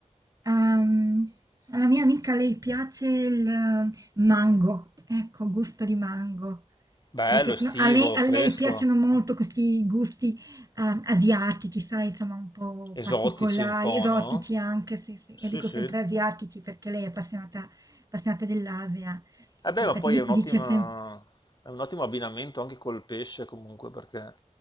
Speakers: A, on the right; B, on the left.
A: ehm, alla mia amica lei piace il eh, mango, ecco, gusto di mango.
B: bello,
A: Le piacciono-
B: estivo,
A: a lei, a
B: fresco,
A: lei piacciono molto questi gusti eh, asiatici, sai, insomma, un po'
B: esotici
A: particolari,
B: un po',
A: esotici
B: no?
A: anche, sì, sì.
B: Sì,
A: Io dico
B: sì.
A: sempre asiatici perché lei è appassionata, appassionata dell'Asia.
B: Eh beh,
A: In effetti
B: ma poi
A: di-
B: è un'ottima-
A: dice sempre
B: è un ottimo abbinamento anche col pesce comunque, perché